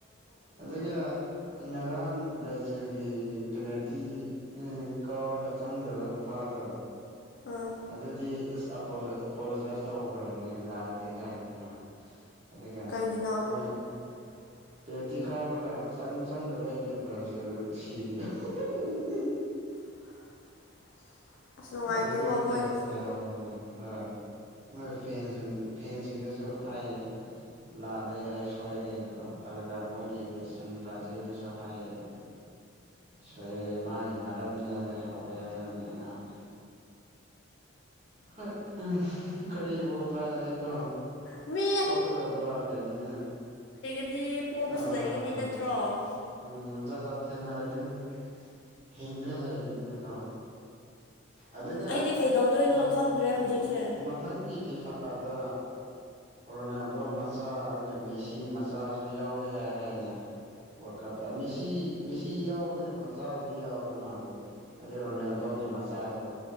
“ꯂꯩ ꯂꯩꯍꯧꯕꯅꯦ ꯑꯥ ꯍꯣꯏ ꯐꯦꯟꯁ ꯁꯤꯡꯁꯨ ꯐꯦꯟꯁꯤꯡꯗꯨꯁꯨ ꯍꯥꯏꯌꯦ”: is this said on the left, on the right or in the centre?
Right